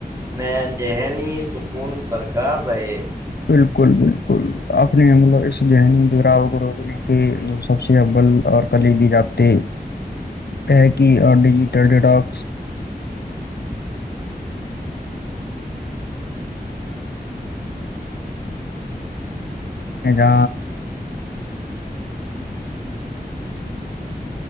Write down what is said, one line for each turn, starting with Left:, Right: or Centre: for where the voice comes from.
Right: میں ذہنی سکون برقرار رہے
Left: بالکل بالکل اپ نے امولا اس ذہنی براو کو روک لی کہ سب سے اول اور کلیبی رابطے ہے کہ اور ڈیجیٹل ڈڈوپس میں جہ